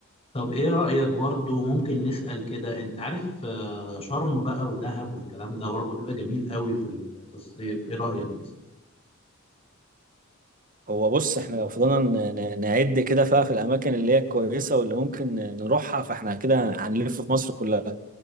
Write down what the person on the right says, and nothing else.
هو بص احنا لو فضلنا ن- ن- نعد كده فيها في الاماكن اللي هي كويسه واللي ممكن نروحها فاحنا كده هنلف في مصر كلها